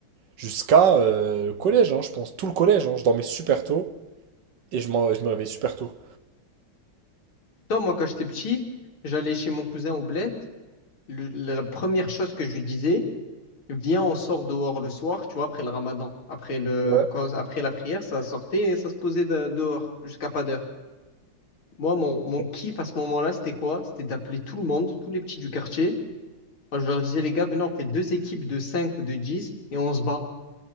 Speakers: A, on the right; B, on the left.
A: jusqu'à euh, le collège, hein, je pense. Tout le collège, hein, je dormais super tôt et je, m'en- je me réveillais super tôt.
B: Toi, moi, quand j'étais petit, j'allais chez mon cousin au bled. Le- la première chose que je lui disais, Viens, on sort dehors le soir, tu vois, après le ramadan. Après le,
A: Ouais.
B: quand- après la prière, ça sortait et ça se posait de- dehors jusqu'à pas d'heure. Moi, mon, mon
A: <laughs>
B: kiff à ce moment-là, c'était quoi? C'était d'appeler tout le monde, tous les petits du quartier. Moi, je leur disais, les gars, venez, on fait deux équipes de 5 ou de 10 et on se bat.